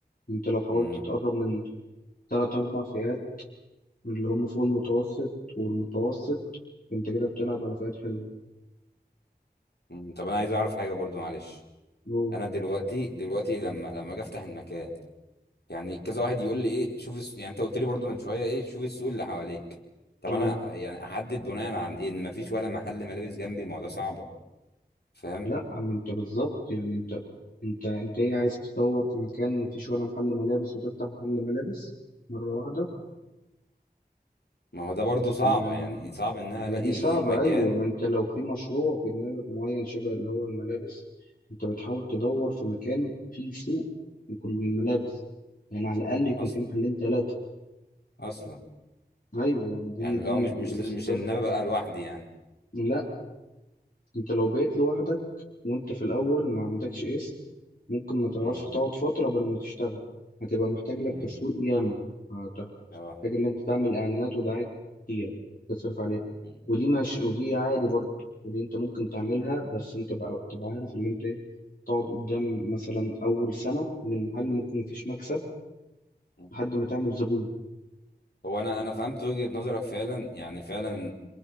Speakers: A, on the left; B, on the left.
A: انت لو حاولت
B: مم.
A: تقرب من ثلاث اربع فئات من اللي هم فوق المتوسط والمتوسط انت كده بتلعب على فئات حلوه
B: مم. طب انا عايز اعرف حاجه برضو معلش
A: أوه.
B: انا دلوقتي دلوقتي لما لما اجي افتح المكان يعني كذا واحد يقول لي ايه شوف الس... يعني انت قلت لي برضو من شويه ايه شوف السوق اللي حواليك طب
A: اه
B: انا يعني احدد بناء عن ايه ان مفيش ولا محل ملابس جنبي ما هو ده صعبه فاهم
A: لا اما انت بالظبط يعني انت انت انت ايه عايز تدور في مكان مفيش ولا محل ملابس وتفتح محل ملابس مرة واحدة
B: ما هو ده برضو صعبه
A: يعني
B: يعني صعب ان انا
A: هي
B: الاقي
A: دي صعبة
B: مكان
A: أيوة ما أنت لو في مشروع في دماغك معين شبه اللي هو الملابس أنت بتحاول تدور في مكان فيه سوق لكل الملابس يعني على الأقل يكون
B: اصلا
A: في محلين تلاتة
B: اصلا
A: أيوة يعني دي
B: يعني
A: دي
B: لو مش مش لازم
A: ستارت
B: مش ان انا ببقى لوحدي يعني
A: لا انت لو بقيت لوحدك وانت في الاول ما عندكش اسم ممكن ما تعرفش
B: امم
A: تقعد فترة قبل ما تشتغل هتبقى محتاج لك
B: امم
A: تسويق ياما هت-
B: اه
A: محتاج ان انت تعمل اعلانات ودعايات كتيرة تصرف عليها
B: مم.
A: ودي مش ودي عادي برضه ودي انت ممكن تعملها بس انت بقى تبقى عارف ان انت ايه تقعد قدام مثلا اول سنة من المحل ممكن مفيش مكسب
B: مم.
A: لحد ما تعمل زبون
B: هو انا انا فهمت وجهه نظرك فعلا يعني فعلا